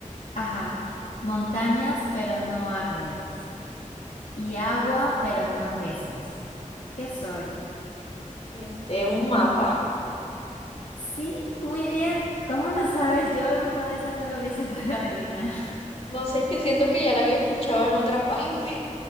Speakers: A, on the left (about 65°); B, on the left (about 50°).
A: Ajá. Montañas, pero no árboles. Y agua, pero no peces. ¿Qué soy?
B: Este, un mapa.
A: Sí, muy bien. ¿Cómo lo sabes? Yo en verdad esa no lo hubiese <laughs> podido adivinar.
B: No sé, es que siento que ya la había escuchado en otra parte.